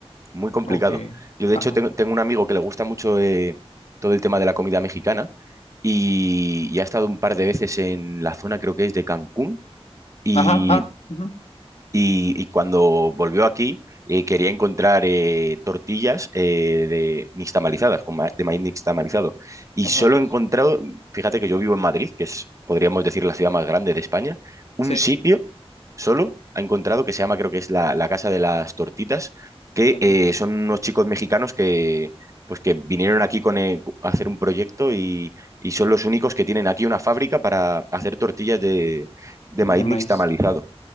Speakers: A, on the right; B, on the left.
A: Muy complicado.
B: Ok,
A: Yo, de
B: ajá,
A: hecho, tengo, tengo un amigo que le gusta mucho eh, todo el tema de la comida mexicana y, y ha estado un par de veces en la zona, creo que es de Cancún. Y
B: ajá, ah, ujú,
A: y, y cuando volvió aquí eh, quería encontrar eh, tortillas eh, de nixtamalizadas, con ma- de maíz nixtamalizado. Y
B: ajá,
A: solo he encontrado, fíjate que yo vivo en Madrid, que es, podríamos decir, la ciudad más grande de España, un
B: sí,
A: sitio solo ha encontrado que se llama, creo que es la, la Casa de las Tortitas, que
B: ajá,
A: eh, son unos chicos mexicanos que... Pues que vinieron aquí con, eh, a hacer un proyecto y, y son los únicos que tienen aquí una fábrica para hacer tortillas de, de maíz
B: de
A: nixtamalizado.
B: maíz.